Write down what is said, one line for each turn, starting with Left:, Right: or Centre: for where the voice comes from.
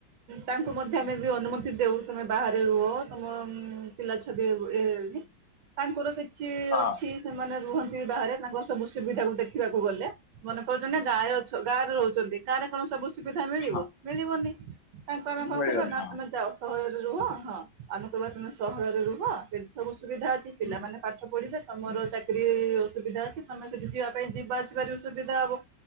Right: ତାଙ୍କୁ ମଧ୍ୟ ଆମେ ବି ଅନୁମତି ଦେଉ। ତମେ ବାହାରେ ରୁହ ତମ ପିଲା ଛୁଆବି ଏ ତାଙ୍କର କିଛି
Left: ହଁ
Right: ଅଛି ସେମାନେ ରୁହନ୍ତି ବି ବାହାରେ ତାଙ୍କର ସବୁ ସୁବିଧା କୁ ଦେଖିବାକୁ ଗଲେ। ମନେ କହୁଛନ୍ତି ନା ଗାଁରେ ଅଛ ଗାଁ ରେ ରହୁଛନ୍ତି ଗାଁରେ କଣ ସବୁ ସୁ ସୁବିଧା ମିଳିବ
Left: ହଁ
Right: ମିଳିବନି ତାଙ୍କୁ ଆମେ କଁ
Left: ମିଳିଗଲି
Right: କରିବା ନା
Left: ହଁ
Right: ତମେ ଯାଓ ସହରରେ ରୁହ। ହଁ ଆମେ କହିବା ତମେ ସହରରେ ରୁହ। ସେଠି ସବୁ ସୁବିଧା ଅଛି
Left: ହୁଁ,
Right: ପିଲାମାନେ ପାଠ ପଢିବେ ତମର
Left: ହୁଁ।
Right: ଚା କିରି ଅସୁବିଧା ଅଛି ତମେ ସେଠି ଯିବା ପାଇଁ ଯିବା ଆସିବାରେବି ସୁବିଧା ହବ।